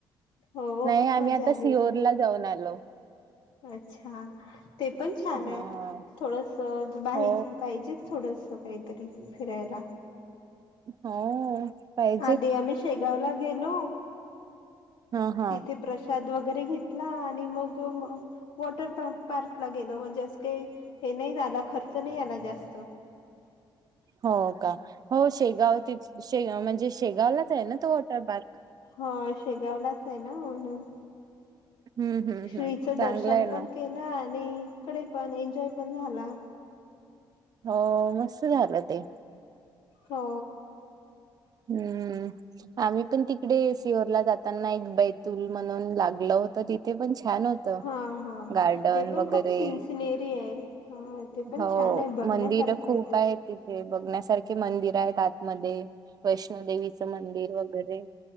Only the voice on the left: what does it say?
हो
खूप
मजा
आली
होती
अच्छा ते पण छान
हाय. थोडस बा
पाहिजे थोडस काहीतरी फिरायला.
आधी आम्ही शेगावला गेलो.
तिथे प्रशाद वगैरे. तरी इथन आणि मग वॉटरपार्कला गेलो म्हणजे अस काही हे नाही काय आला खर्च नाइ आला जास्त
हां शेगावलाच आहे ना म्हणून
श्रीच
दर्शन
पण
केलं, आणि तिकडे पण एन्जॉय पण झाला.
हो.
हा हा
ते पण
खूप सिनसिनेरी आहे हा ते पण
छान आहे बघण्यासारखं
आहे ते